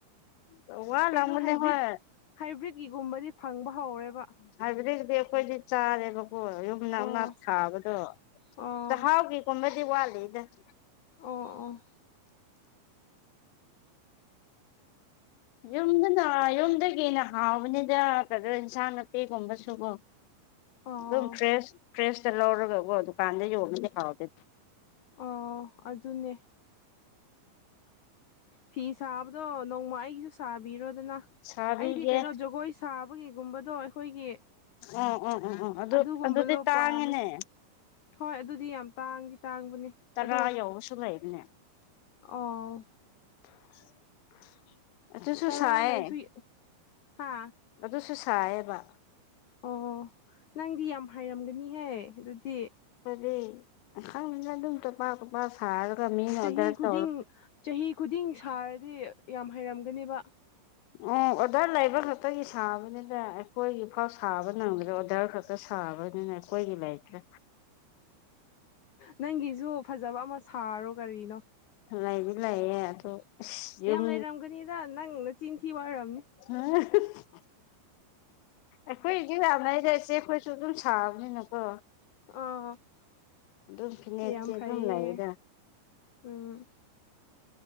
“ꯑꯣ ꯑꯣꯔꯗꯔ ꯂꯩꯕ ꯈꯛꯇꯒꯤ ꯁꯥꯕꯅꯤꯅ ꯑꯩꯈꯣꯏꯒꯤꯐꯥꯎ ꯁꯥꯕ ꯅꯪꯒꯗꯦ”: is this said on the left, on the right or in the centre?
Left